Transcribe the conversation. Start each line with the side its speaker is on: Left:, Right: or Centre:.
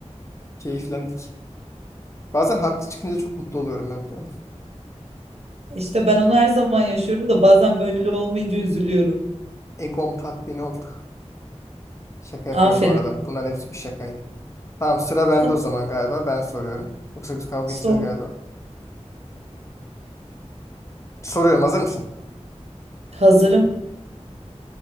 Left: Keyiflendik. Bazen haklı çıkınca çok mutlu oluyorum ben biliyor musun?
Right: İşte ben onu her zaman yaşıyorum da bazen böyle olmayınca üzülüyorum.
Left: Egom tatmin oldu. Şaka yapıyorum
Right: Aferin.
Left: bu arada. Bunların hepsi bir şakaydı. Tamam sıra bende
Right: Tamam,
Left: o zaman galiba. Ben soruyorum. Yoksa biz kavga
Right: sor.
Left: edeceğiz galiba. Soruyorum hazır mısın?
Right: Hazırım.